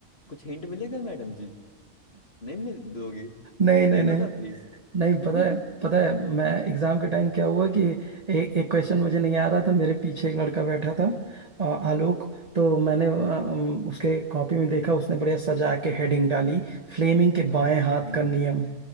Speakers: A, on the left; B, on the right.
A: कुछ हिंट मिलेगा मैडम जी, नहीं मिल दोगी
B: नहीं नहीं
A: दे दो
B: नहीं
A: ना प्लीज
B: नहीं
A: <laughs>
B: पता है पता है मैं एग्जाम के टाइम क्या हुआ कि ए, एक क्वेश्चन मुझे नहीं आ रहा था मेरे पीछे एक लड़का बैठा था अ, आलोक तो
A: हाँ
B: मैंने अ, अम, उसके कॉपी में देखा उसने बढ़िया सजा के हेडिंग डाली फ्लेमिंग के
A: हाँ
B: बाएं हाथ
A: हम्म
B: का नियम